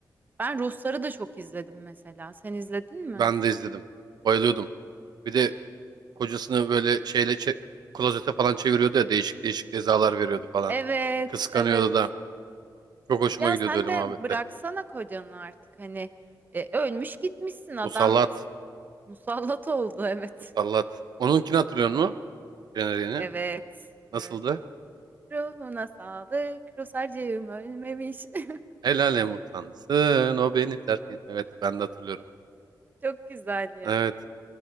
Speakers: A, on the right; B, on the right.
A: Ben Ruhsar'ı da çok izledim mesela. Sen izledin
B: Ben
A: mi?
B: de izledim. Bayılıyordum. Bir de Kocasını böyle şeyle çe- klozete falan çeviriyordu ya değişik değişik cezalar veriyordu falan.
A: Evet,
B: Kıskanıyordu
A: evet.
B: da. Çok hoşuma
A: Ya
B: gidiyordu
A: sen
B: öyle
A: de
B: muhabbetler.
A: bıraksana kocanı artık. Hani e, ölmüş gitmişsin adam
B: Musallat.
A: musallat oldu <laughs> evet.
B: Musallat. Onunkini hatırlıyor musun? Jeneriğini.
A: Evet,
B: Nasıldı?
A: evet. Ruhuna sağlık. Ruhsarcığım ölmemiş. <laughs>
B: El alem utansın o beni terk et. Evet ben de hatırlıyorum.
A: Çok güzel ya.
B: Evet.